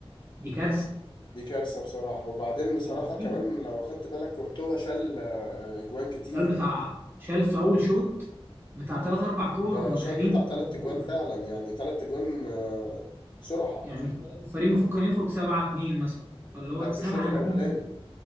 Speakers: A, on the right (about 25°); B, on the left (about 50°).
A: دي كارثه
B: دي كارثة بصراحة وبعدين بصراحة
A: دي مصيبه
B: كمان لو أخدت بالك كورتوا شال آه، أجوان كتير
A: الريال بتاع شال في اول شوط بتاع ثلاث اربع كور
B: ده
A: هم
B: شال
A: داخلين
B: بتاع
A: بس
B: تلات
A: في الجون.
B: تجوان فعلا يعني تلات تجوان آه، صراحة
A: يعني الفريق الفريق المفروض كان يخرج 7 2 مثلا فاللي هو
B: ده في
A: 7
B: الشوط الأولاني
A: 2